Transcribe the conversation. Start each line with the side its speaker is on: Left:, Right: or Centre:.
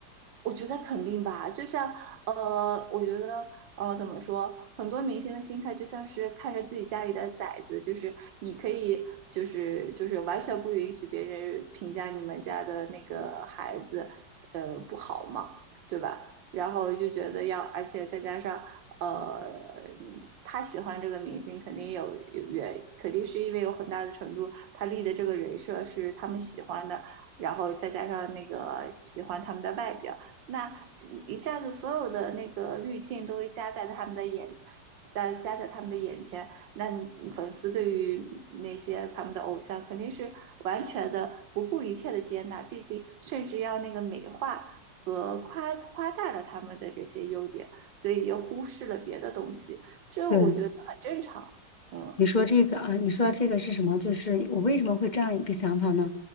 Right: 我觉得肯定吧，就像呃，我觉得呃，怎么说，很多明星的心态就像是看着自己家里的崽子，就是你可以，就是就是完全不允许别人评价你们家的那个孩子，呃，不好嘛，对吧？然后就觉得要，而且再加上呃，他喜欢这个明星，肯定有也肯定是因为有很大的程度，他立的这个人设是他们喜欢的，然后再加上那个喜欢他们的外表。那一下子所有的那个滤镜都加在他们的眼，加加在他们的眼前，那粉丝对于那些他们的偶像肯定是完全的不顾一切的接纳，毕竟甚至要那个美化和夸夸大了他们的这些优点，所以又忽视了别的东西，这我觉得很正常。
Left: 对，
Right: 嗯
Left: 你说这个啊，你说这个是什么？就是我为什么会这样一个想法呢？